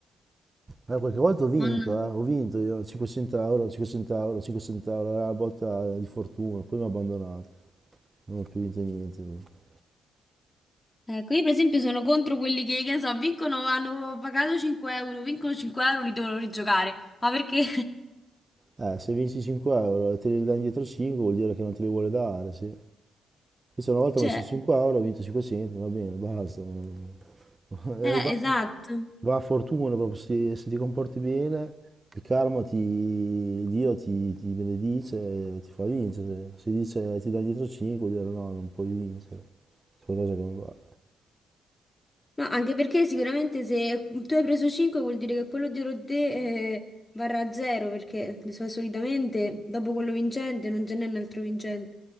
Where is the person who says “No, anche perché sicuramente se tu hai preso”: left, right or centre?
Left